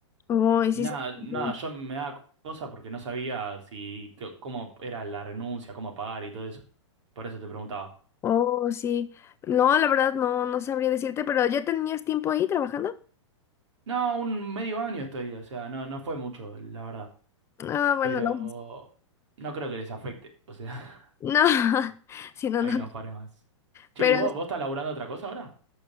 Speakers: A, on the left (about 15°); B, on the right (about 70°).
A: Ay,
B: Y
A: sí,
B: nada,
A: sí,
B: nada,
A: sí.
B: yo me daba cosa porque no sabía si co- cómo era la renuncia, cómo pagar y todo eso. Por eso te preguntaba.
A: Oh, sí. No, la verdad no, no sabría decirte, pero ¿ya tenías tiempo ahí trabajando?
B: No, un medio año estoy, o sea, no, no fue mucho, la verdad.
A: Ah, bueno,
B: Pero
A: no.
B: no creo que les afecte. O sea,
A: No, <laughs> sí, no,
B: Ahí
A: no.
B: no faré más. Che,
A: Pero
B: ¿y vos, vos estás laburando otra cosa ahora?